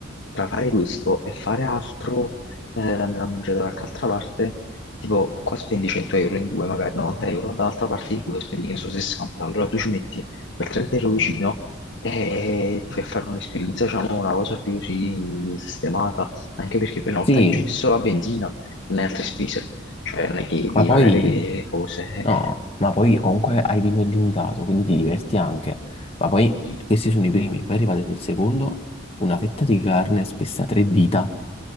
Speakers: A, on the left (about 60°); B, on the left (about 30°).
A: tra fare questo e fare altro, eh, andare a mangiare da qualche altra parte, tipo qua spendi 100 euro in due, magari 90 euro, dall'altra parte in due spendi, che ne so, 60, allora tu ci metti quel Trent ero vicino e fui a fare un'esperienza, diciamo, una cosa più sì, sistemata, anche perché poi una volta
B: Sì,
A: che ci ho messo la benzina, non hai altre spese, cioè non è che devi
B: Ma poi,
A: pagare le cose. eh,
B: no, ma poi comunque hai vino illimitato, quindi ti diverti anche. Ma poi
A: sì.
B: questi sono i primi, poi è arrivato il secondo, una fetta di carne spessa a tre dita,